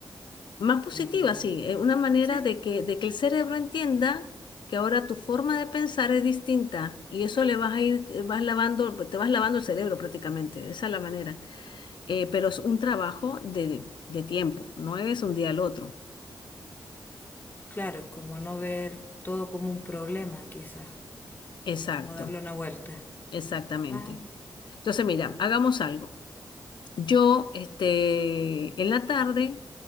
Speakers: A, on the left; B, on the left.
A: Más positiva,
B: Mm,
A: sí, eh, una manera
B: sí.
A: de que, de que el cerebro entienda que ahora tu forma de pensar es distinta y eso le vas a ir, eh, vas lavando, te vas lavando el cerebro prácticamente, esa es la manera. Eh, pero es un trabajo de, de tiempo, no es un día al otro.
B: Claro, es como no ver todo como un problema, quizás.
A: Exacto,
B: como darle una vuelta.
A: exactamente.
B: Ah,
A: Entonces, mira, hagamos algo. Yo, este, en la tarde